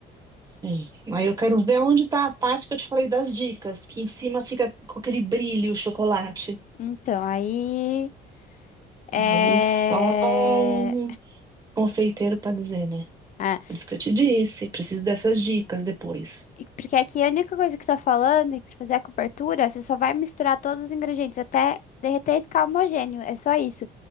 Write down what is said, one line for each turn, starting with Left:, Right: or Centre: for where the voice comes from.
Right: Sim. Aí eu quero ver onde tá a parte que eu te falei das dicas, que em cima fica com aquele brilho o chocolate.
Left: Então, aí. É.
Right: Aí só um confeiteiro para dizer, né?
Left: Ah,
Right: Por isso que eu te disse, preciso dessas dicas depois.
Left: e- porque aqui a única coisa que tá falando é que pra fazer a cobertura, você só vai misturar todos os ingredientes até derreter e ficar homogêneo. É só isso.